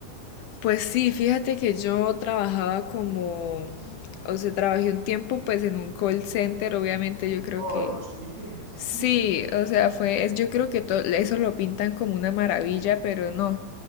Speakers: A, on the left; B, on the right.
A: pues sí, fíjate que yo trabajaba como, o sea, trabajé un tiempo pues en un call center, obviamente yo creo
B: Ay,
A: que
B: sí, <laughs> sí,
A: Sí, o sea, fue, es, yo creo que to- eso lo pintan como una maravilla, pero no.